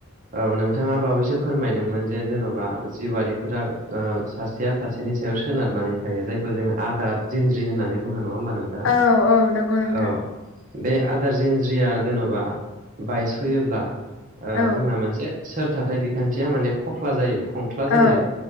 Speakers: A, on the right; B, on the left.
A: औ नोंथाङा बावैसो फोरमायदोंमोन जे जेन'बा जिउआारिफोरा सासेया सासेनि सायाव सोनारनानै थायो जायखौ जोङो आदार दिनज्रि होननानै बुङो ना? नङा होमबा नोंथां
B: औ औ नंगौ नोंथां
A: औ। बे आदार जन्ज्रिया जेन'बा बायस फोयोब्ला।
B: औ
A: जोंना मोनसे सोर थाथाय बिखान्थिया माने खख्ला जायो। खंख्ला जायो
B: औ